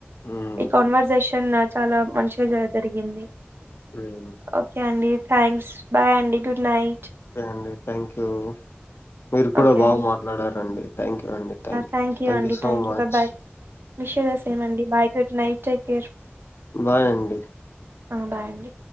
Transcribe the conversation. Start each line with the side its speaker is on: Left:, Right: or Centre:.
Left: మ్మ్
Right: ఈ కాన్వర్సేషన్ చాలా మంచిగా జరిగింది
Left: మ్మ్
Right: ఓకే అండి థ్యాంక్స్ బాయ్ అండి గుడ్ నైట్
Left: ఓకే అండి థ్యాంక్ యూ మీరు కూడా
Right: ఓకే
Left: బాగా
Right: అండి
Left: మాట్లాడారండి థ్యాంక్ యూ అండి.
Right: థ్యాంక్ యూ అండి
Left: సో
Right: థ్యాంక్
Left: much.
Right: బ Bye wish you the same అండి bye good night care
Left: bye అండి
Right: ఆ బాయండి